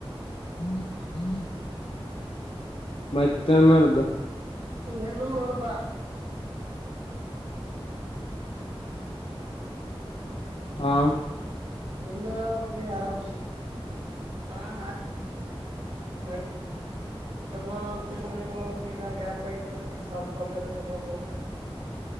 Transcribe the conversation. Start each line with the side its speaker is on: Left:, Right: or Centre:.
Left: ಹ್ಮ್ ಹ್ಮ್ ಮತ್ತನ್ನರ್್ದ
Right: ಏನನ್ ನೋಡಬಾ
Left: ಹಾ
Right: ನಿಂದೆ ಹೇಳಳ ಹೋಗಿ ಆರಾಮಸ ಆರಾಮ ಮೆ ಬ ಈಗ ಗ್ಯಾಪ್ ಆಯತವಿ ಸ್ವಲ್ಪ ಒಂದನೇನ ಬರ್ಬಾಗ